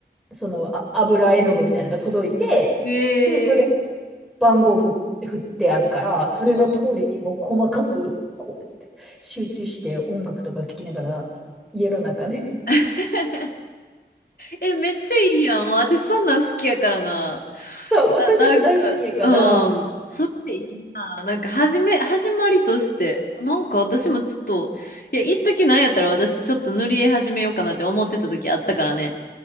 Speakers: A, in the centre; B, on the left.
A: その、あ、油絵の具みたいなのが届いて、
B: へえ。
A: で、それ番号ふ、振ってあるから、それの通りにもう細かくこう
B: うんうんうん
A: 集中して音楽とか聴きながら家の中です。
B: <laughs> え、めっちゃいいやん。もう私そんなん好きやからな。
A: <laughs> そう私も大好きやから、
B: あ、なんか、うん。それでいいな。なんか、始め、始まりとして、なんか私もちょっと、いや、一時なんやったら私ちょっと塗り絵始めようかなって思ってた時あったからね。